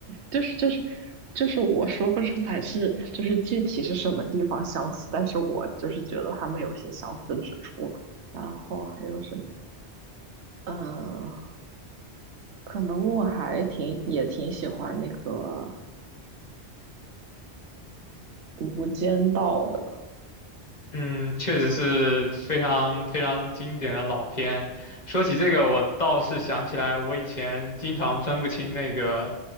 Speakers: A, on the right; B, on the left.
A: 就是就是就是我说不出来是就是具体是什么地方相似，但是我就是觉得他们有些相似之处，然后还有什么呀？嗯。可能我还挺也挺喜欢那个《无间道》的，
B: 嗯，确实是非常非常经典的老片。说起这个，我倒是想起来，我以前经常分不清那个